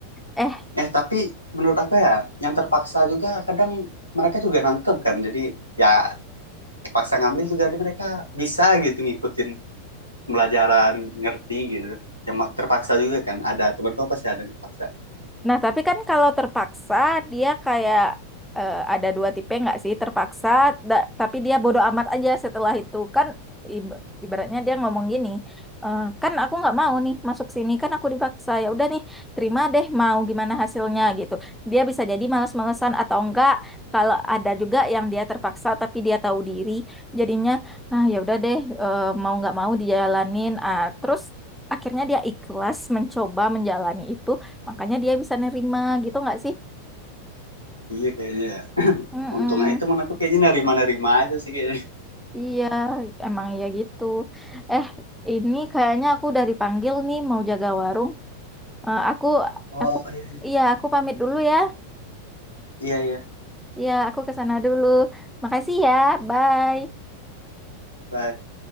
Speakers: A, in the centre; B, on the left.
A: Eh,
B: eh tapi menurut aku ya yang terpaksa juga kadang mereka juga nangkep kan jadi ya terpaksa ngambil juga jadi mereka bisa gitu ngikutin pelajaran ngerti gitu yang ma- terpaksa juga kan ada temen kau pasti ada yang terpaksa
A: Nah, tapi kan kalau terpaksa dia kayak eh, ada dua tipe nggak sih? Terpaksa, da- tapi dia bodoh amat aja setelah itu kan ib- ibaratnya dia ngomong gini, "Eh, kan aku nggak mau nih masuk sini kan aku dipaksa ya udah nih terima deh mau gimana hasilnya gitu. Dia bisa jadi malas-malesan atau enggak. Kalau ada juga yang dia terpaksa tapi dia tahu diri, jadinya ah ya udah deh eh, mau nggak mau dijalanin. Ah, terus akhirnya dia ikhlas mencoba menjalani itu Makanya dia bisa nerima gitu nggak sih?
B: Iya kayaknya. <clears throat>
A: Mm-mm.
B: Untungnya itu teman aku kayaknya nerima-nerima aja sih kayaknya.
A: Iya, emang ya gitu. Eh, ini kayaknya aku udah dipanggil nih mau jaga warung. Eh, aku,
B: Oh
A: aku,
B: iya iya.
A: iya aku pamit dulu ya.
B: Iya iya.
A: Iya, aku ke sana dulu. Makasih ya, bye.
B: Bye.